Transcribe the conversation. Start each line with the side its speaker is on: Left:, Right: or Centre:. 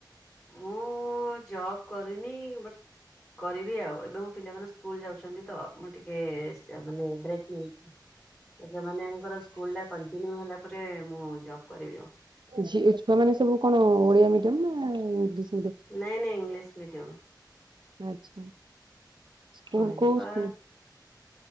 Centre: ମୁଁ ଜବ କରିନି ବ କରିବି ଆଉ ଏବେ ମୋ ପିଲାମାନେ ସ୍କୁଲ ଯାଉଛନ୍ତି ତ ମୁଁ ଟିକେ ଟିକେ ସେ ମା ବେକ୍ ନେଇ ସେମାନଙ୍କର ସ୍କୁଲ ଟା କଣ୍ଟିନିୟୁ ହେଲା। ଉପରେ ମୁଁ ଜବ୍ କରିବି ଆଉ
Right: ଝିଅ ଛୁଆ ମାନେ ସବୁ କଣ ଓଡିଆ ମିଡିୟମ ନା ଇଂଲିଶ
Centre: ନାଇଁ ନାଇଁ ଇଂଲିଶ ମିଡିୟମ
Right: ଆଛା ସ୍କୁଲ
Centre: କହିଲି
Right: କୋଉ
Centre: ପା
Right: ସ୍କୁଲ <inaudible>